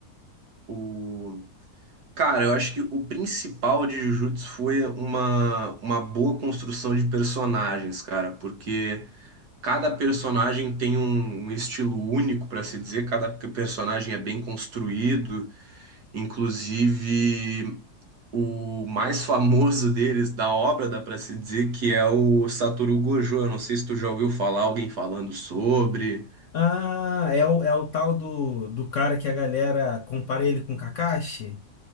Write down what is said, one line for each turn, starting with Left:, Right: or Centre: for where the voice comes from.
Right: o Cara, eu acho que o principal de Jujutsu foi uma, uma boa construção de personagens, cara, porque cada personagem tem um, um estilo único para se dizer, cada personagem é bem construído, inclusive o mais famoso deles, da obra, dá para se dizer, que é o Satoru Gojo. Eu não sei se tu já ouviu falar alguém falando sobre.
Left: Ah, é o, é o tal do, do cara que a galera compara ele com Kakashi